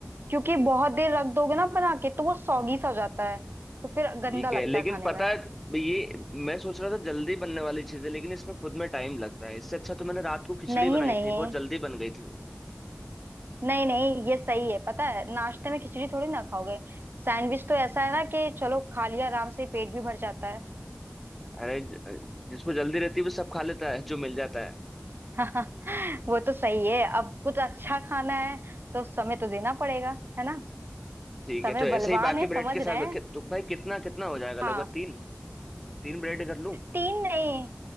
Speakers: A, on the right (about 55°); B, in the centre.
A: क्योंकि बहुत देर रख दोगे ना बना के तो वो सौगी सा हो जाता है तो फिर गंदा
B: ठीक
A: लगता
B: है लेकिन
A: है खाने
B: पता
A: में
B: है ये मैं सोच रहा था जल्दी बनने वाली चीज है लेकिन इसमें खुद में टाइम लगता है इससे अच्छा तो मैंने रात को खिचड़ी
A: नहीं
B: बनाई
A: नहीं
B: थी बहुत जल्दी बन गई थी वो
A: नहीं नहीं ये सही है पता है नाश्ते में खिचड़ी थोड़ी ना खाओगे सैंडविच तो ऐसा है ना कि चलो खा लिया आराम से पेट भी भर जाता है
B: अरे ज- जिसको जल्दी रहती है वो सब खा लेता है जो मिल जाता है
A: <laughs> वो तो सही है अब कुछ अच्छा खाना है तो समय तो देना पड़ेगा है ना
B: ठीक
A: समय
B: है तो ऐसे
A: बलवान
B: ही बाकी
A: है
B: ब्रेड
A: समझ
B: के साथ
A: रहे हैं
B: रखे- तो भाई कितना कितना हो जाएगा लगभग
A: हाँ
B: तीन तीन ब्रेड कर लूं
A: तीन नहीं